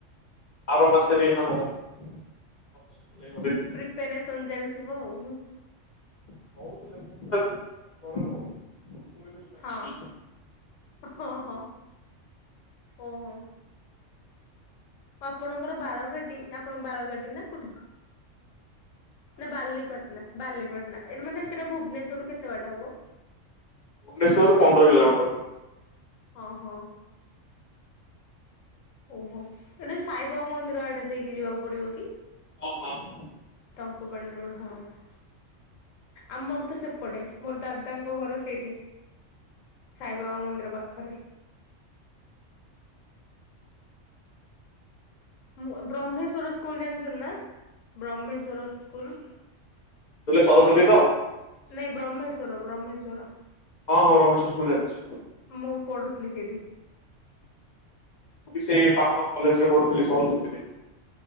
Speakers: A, on the left; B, on the left.
A: ଆର ମାସରେ <unintelligible>
B: ପ୍ରିପାରେସନ୍ ଚାଲିଥିବ ଆଉ।
A: <unintelligible> ଘରେ ରହୁନି ମୁଁ ଶୁଣିଥିଲି ମ୍ୟାରେଜ
B: ହଁ
A: ବୋଲି
B: ହଁ ହଁ ଓହୋ! ଆପଣଙ୍କର ବାଳକାଟି ନା ଆପଣଙ୍କ ବାଳକାଟି ନା କୋଉଠି? ନା ବାଲିପାଟଣା ବାଲିପାଟଣା ଏଟ ମାନେ ସେଟା ଭୁବନେଶ୍ଵର ରୁ କେତେ ବାଟା ହବ?
A: ଭୁବେଶ୍ୱରରୁ ପନ୍ଦର କିଲୋମିଟର।
B: ହଁ ହଁ। ଓହୋ ଏଟେ ସାଇବା ମନ୍ଦିର ଆଡେ ଦେଇକି ଯିବାକୁ ପଡିବ କି?
A: ହ ହଁ ହ।
B: ଟଙ୍କ ପାଣି ରୋଡ଼ ହିଁ। ଆମର ତ ସେପଟେ ମୋର ଦାଦାଙ୍କ ଘର ସେଇଠି। ସାଇବାବା ମନ୍ଦିର ପାଖରେ। ମୁଁ ବ୍ରହ୍ମେଶ୍ଵର ସ୍କୁଲ ଜାଣିଛ ନା ବ୍ରହ୍ମେଶ୍ଵର ସ୍କୁଲ।
A: ସରସ୍ଵତୀ ତ
B: ନାଇଁ ବ୍ରହ୍ମେଶ୍ଵର ବ୍ରହ୍ମେଶ୍ଵର।
A: ହଁ ହଁ ବ୍ରହ୍ମେଶ୍ୱର ସ୍କୁଲ ଜାଣିଛି।
B: ମୁଁ ପଢ଼ୁଥିଲି ସେଇଠି।
A: ମୁଁ ବି ସେଇ ପାଖ କଲେଜ ରେ ପଢ଼ୁଥିଲି ସରସ୍ଵତୀ ରେ।